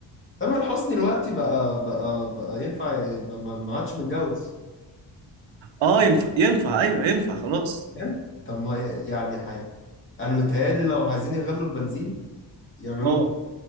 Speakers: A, on the left; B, on the right.
A: تامر حسني دلوقتي بقى بقى بقى ينفع يبقى ما ما عادش متجوز
B: اه ينفع ينفع ايوه ينفع خلاص
A: يعني طب ما يعني حي. انا متهيألي لو عايزين يغلوا البنزين يعملوها
B: اه